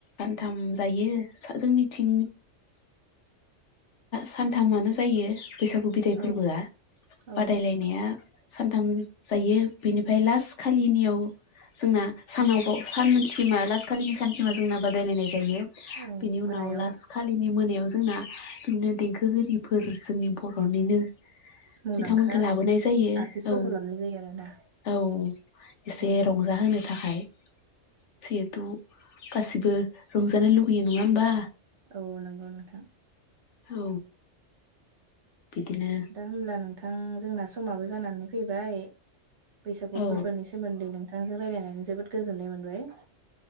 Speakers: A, on the left; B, on the right.
A: थाम जायो जोंनिथिं सानथामानो जायो बैसागु बिदाय फोरबोआ
B: औ औ
A: बादायलायनाया। सानथाम जायो बेनिफ्राय लास्ट खालिनियाव जोंना सानावब सानसिमा लासखालिनि सानसिमा जोंना बादायलायनाय जायो।
B: औ
A: बेनि
B: मोनायाव
A: उनाव लास्ट खालिनि मोनायाव जोंना बिदिनो देंखोगिरिफोर जोंनि बर'निनो
B: मुंदांखा
A: बिथांमोनखौ लाबोनाय जायो
B: आर्टिस्टफोरखौ
A: औ
B: लाबोनाय जायो आरोना
A: औ। एसे
B: औ
A: रंजा
B: औ
A: होनो थाखाय जिहेथु गासिबो रंजानो लुुबैयो नङा होमबा?
B: औ नंगौ नोंथां।
A: औ बिदिनो
B: दा होमब्ला नोंथां जोंना समाबो जानानै फैबाय। बैसागु
A: औ
B: फोरबोनि सोमोन्दै नोंथांजों रायलायनानै जोबोद गोजोननाय मोनबाय।